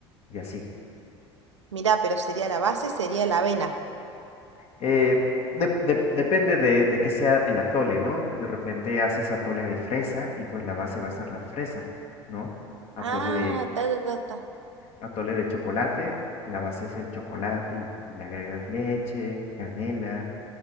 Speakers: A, on the left (about 45°); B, on the right (about 85°).
A: y así.
B: Mirá, pero sería la base, sería la avena.
A: Eh, de- de- depende de, de qué sea el atole, ¿no? De repente haces atole de fresa y pues la base va a ser la fresa, ¿no? Atole
B: Ah,
A: de,
B: ta, ta, ta, ta.
A: atole de chocolate, la base es el chocolate y, y le agregas leche, canela